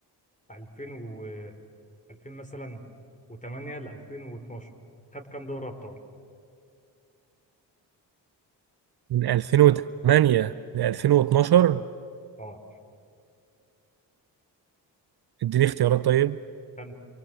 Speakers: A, on the left; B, on the right.
A: 2000 و 2000 مثلا و8 ل 2012 خد كام دوري ابطال
B: من 2008 ل 2012
A: اه
B: اديني اختيارات طيب
A: خد